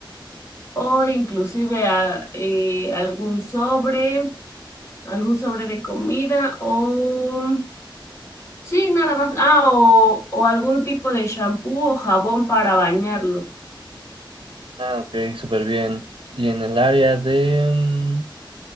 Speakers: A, on the left; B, on the right.
A: o inclusive a- eh, algún sobre, algún sobre de comida o mm, Sí, nada más. Ah, o, o algún tipo de shampoo o jabón para bañarlo.
B: Ah, ok, súper bien. Y en el área de, mm,